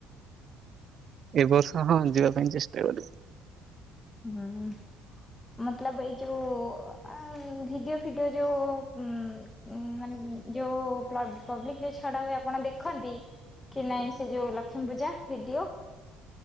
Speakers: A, on the right; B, on the left.
A: ଏ ବର୍ଷ ହଁ, ଯିବା ପାଇଁ ଚେଷ୍ଟା କରିବି।
B: ହୁଁ, ମତଲବ ଏଇ ଯୋଉ ଅଁ ଭିଡିଓ ଫିଡିଓ ଯୋଉ ଉ ମାନେ ଯୋଉ ପ୍ଲ ପବ୍ଲିକରେ ଯୋଉ ଛଡ଼ା ହୁଏ ଆପଣ ଦେଖନ୍ତି? କି ନାଇଁ ସେ ଯୋଉ ଲକ୍ଷ୍ମୀ ପୂଜା ଭିଡିଓ